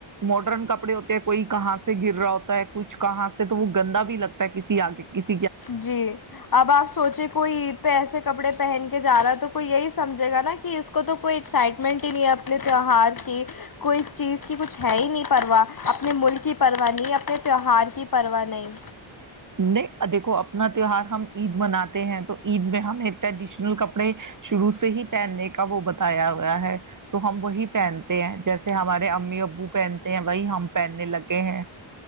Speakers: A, on the right; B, on the left.
A: ماڈرن کپڑے ہوتے ہیں کوئی کہاں سے گر رہا ہوتا ہے کچھ کہاں سے تو وہ گندا بھی لگتا ہے کسی آگے ک
B: جی اب آپ سوچے کوئی عید پہ ایسے کپڑے پہن کے جا رہا ہے تو کوئی یہی سمجے گا نا کہ اس کو تو کوئی ایکسائٹمنٹ ہی نہیں ہے اپنے تیوار کی کوئی چیز کی کچھ ہے ہی نہیں پرواہ اپنے ملک کی پرواہ نہیں اپنے تیوار کی پرواہ نہیں
A: نہیں دیکھو اپنا تیوار ہم عید مناتے ہیں تو عید میں ہمیں ٹریڈیشنل کپڑے شروع سے ہی پہننے کا وہ بتایا ہویا ہے تو ہم وہی پہنتے ہیں جیسے ہمارے امی ابو پہنتے ہیں وہی ہم پہننے لگے ہیں